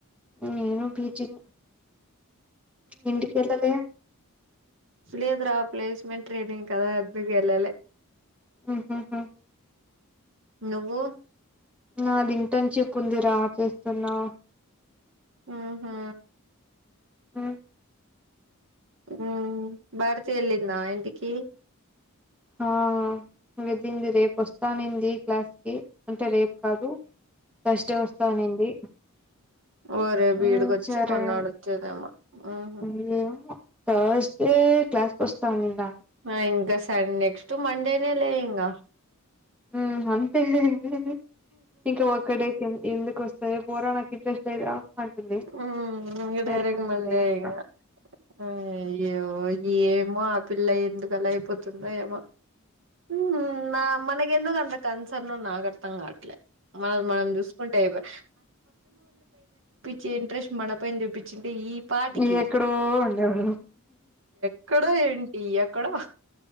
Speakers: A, in the centre; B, on the right.
A: నేను పీజీ నే ఇంటి కెళ్ళలే
B: లేదు రా ప్లేస్మెంట్ ట్రైనింగ్ కదా అద్దు కెళ్ళలే
A: ఉమ్ హు హు
B: నువ్వు
A: నాది ఇంటర్న్షిప్ ఉంది రా చేస్తున్నా
B: ఉమ్ హూ
A: ఉమ్
B: ఉమ్ భారతి యెళ్ళిందా ఇంటికి
A: ఆ వెళ్ళింది రేపు వస్తా అనింది క్లాస్ కి అంటే రేపు కాదు ఫస్టే వస్తా అనింది
B: ఓరే
A: హ్మ్
B: వీడికొచ్చి
A: చరే
B: మొన్నాడు
A: అండి
B: వచ్చేదేమో ఊహూ
A: ఏం థర్స్ డే క్లాస్ వస్తస్తాఆన్నింద
B: ఆ ఇంకాస నెక్స్ట్ మండేనే లే ఇంగ
A: హుం అంతే <unintelligible> ఇంకా ఒక్కడే ఎందుకుస్త ఎ పోరా నాకు ఇంట్రెస్ట్ లేదురా అంటుంది
B: హుమ్ <unintelligible> కటరకు
A: సరిపోయిందిలే
B: మండే
A: ఇంకా
B: ఇగ అయ్యో ఏమో ఆ పిల్ల ఎందుకలా అయిపోతుందో ఏమో ఉ నా మనక ఎందుకు అంత కన్సన్ నాకర్ధం కావట్లే మనది మనం చూసుకుంటే అయిపై జంట్రెస్ట్ మన పైన్ చూపించిది ఈ పాటికి
A: ఈ ఎక్కడో ఉండేవా
B: అక్కడ ఏంటి యాక్కడ